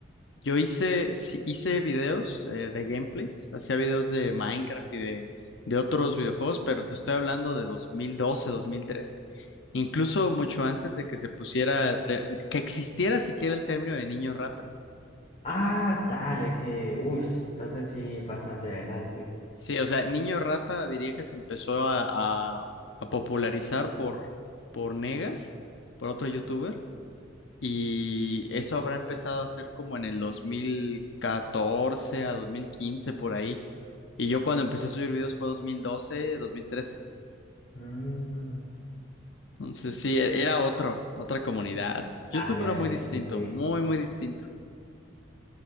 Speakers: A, on the left; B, on the left.
A: Yo hice, sí, hice videos eh, de gameplays, hacía videos de Minecraft y de, de otros videojuegos, pero te estoy hablando de dos dos mil doce, dos mil trece, Incluso mucho antes de que se pusiera, de- que existiera siquiera el término de niño rata.
B: Ah, dale, que, uff, entonces sí, bastante adelante.
A: Sí, o sea, niño rata diría que se empezó a, a- a popularizar por, por Negas, por otro youtuber. Y eso habrá empezado a hacer como en el 2014 a 2015 por ahí. Y yo cuando empecé a subir videos fue dos dos mil doce dos mil 2013.
B: Mm,
A: Entonces sí, e- era otro, otra comunidad. YouTube
B: dale, dale,
A: era muy distinto,
B: sí, sí, sí.
A: muy, muy distinto.